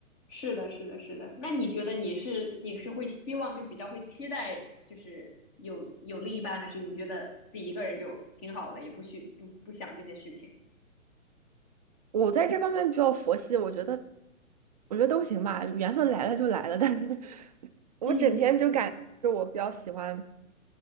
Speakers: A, on the left; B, on the right.
A: 是的，是的，是的。那你觉得你是你是会希望就是比较会期待就是有有另一半，还是你觉得自己一个人就挺好的，也不需不不想这些事情？
B: 我在这方面比较佛系，我觉得我觉得都行吧，缘分来了就来了，但是 <laughs> 我整天就感觉是我比较喜欢。
A: 嗯，是，